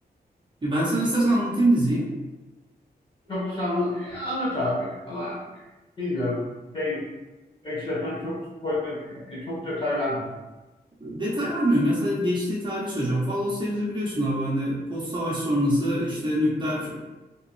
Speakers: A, on the right; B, on the left.
A: Ya Ben sana istersen anlatayım diziyi.
B: Çok sanlı e, anlat abi ama bilmiyorum. Şey, istersen çok spoiler, e, çok detay verme.
A: Detay vermiyorum ya sadece geçtiği tarihi söyleyeceğim. Fallout serisi biliyorsun abi hani post savaş sonrası işte nükleer